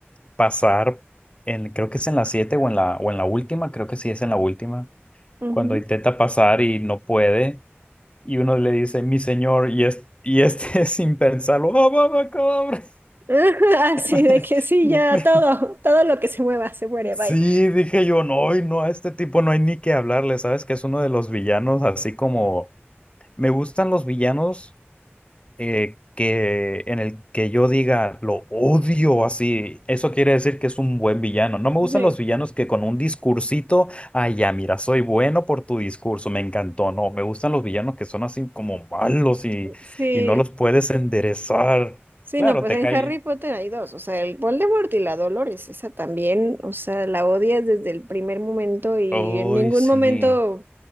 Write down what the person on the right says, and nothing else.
Ujú.
<laughs> Así
de que sí,
ya
todo, todo lo que se mueva se muere,
bye.
Sí,
sí,
sí,
no, pues
en
Harry Potter hay dos, o sea, el Voldemort y la Dolores, esa también, o sea, la odias desde el primer momento y
en ningún
momento